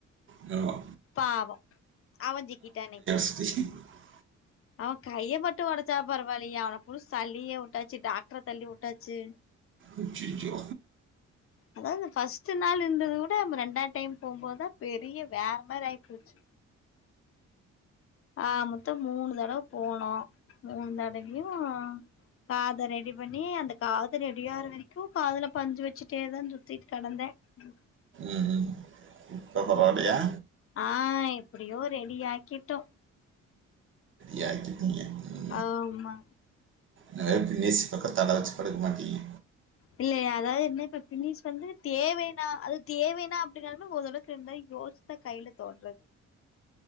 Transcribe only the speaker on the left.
பாவோ அவ ஜிக்கிட்டா இன்னைக்கு
அவ கைய மட்டு ஒடச்சா பரவாயில்லியே அவ முழுசா தள்ளியே விட்டாச்சு டாக்டர தள்ளி வுட்டாச்சு
அதாவது ஃபர்ஸ்ட் நாள் இருந்தது விட நம்ம ரெண்டா டைம் போம்போதுதா பெரிய வேற மாரி ஆயிபோச்சு ஆ மொத்த மூனு தடவ போனோ மூணு தடவையு காது ரெடி பண்ணி அந்த காத ரெடியாற வரைக்கு காதுல பஞ்சு வச்சுட்டே தா சுத்திட்டு கடந்தே ம்
ஆ எப்டியோ ரெடி ஆக்கிட்டோ
ஆமா
இல்லயா அதாவது என்ன இப்ப பினிஸ் வந்து தேவைனா அது தேவைனா அப்டினாலு ஒரு தடவைக்கு ரெண்டு தடவ யோசி இப்ப கையில தொடறது